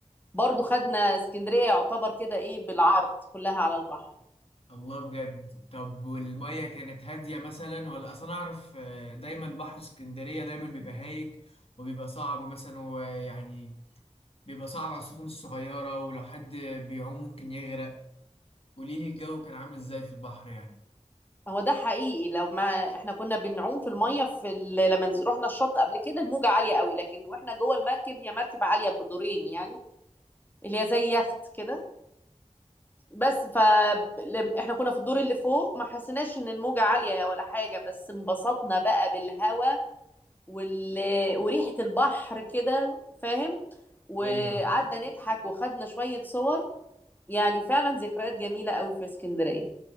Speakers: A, on the left; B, on the left.
A: برضو خدنا اسكندرية يعتبر كده ايه بالعرض كلها على البحر
B: الله بجد طب والمية كانت هادية مثلا ولا اصلا اعرف آه دايما بحر اسكندرية دايما بيبقى هايج وبيبقى صعب مثلا ويعني بيبقى صعب على السفن الصغيرة ولو حد بيعوم ممكن يغرق قولي لي الجو كان عامل ازاي في البحر يعني
A: هو ده حقيقي لو ما احنا كنا بنعوم في الميه في ال... لما نز- رحنا الشط قبل كده الموجه عاليه قوي لكن واحنا جوه المركب هي مركب عاليه بدورين يعني اللي هي زي يخت كده بس ف ل- احنا كنا في الدور اللي فوق ما حسيناش ان الموجه عاليه ولا حاجه بس انبسطنا بقى بالهوا وال... وريحه البحر كده فاهم وقعدنا
B: ايوه
A: نضحك وخدنا شويه صور يعني فعلا ذكريات جميله قوي في اسكندريه